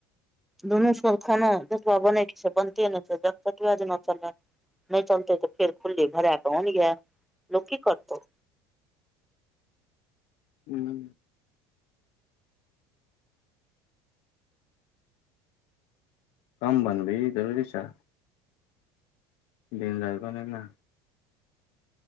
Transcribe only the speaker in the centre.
दुनू खाना जतेबा बनेके बनते ने चल नहि चलते तऽ फेर खुलली भरा पन या लोग की करतौ